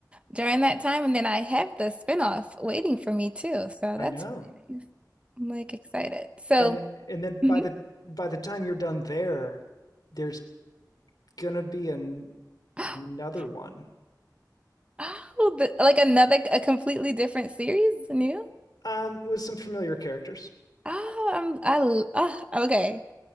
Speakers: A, on the right (about 15°); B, on the left (about 65°).
A: during that time. And then I have the spinoff waiting for me too. So
B: I
A: that's,
B: know.
A: really nice. I'm like excited. So,
B: And and then
A: Mhm.
B: by the by the time you're done there, there's going to be an
A: <gasps>
B: another one
A: Oh, the, like another, a completely different series, new?
B: um with some familiar characters.
A: Oh, I'm, I, l- ah, okay.